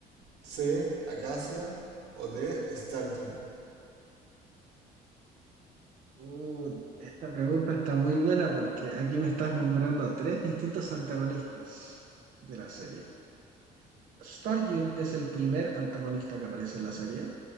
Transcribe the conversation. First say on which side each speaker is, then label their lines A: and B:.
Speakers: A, on the right; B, on the right.
A: C, Acacia o D, Stardune.
B: Uh, esta pregunta está muy buena porque aquí me estás nombrando a tres distintos antagonistas de la serie. Star-Jun es el primer antagonista que aparece en la serie.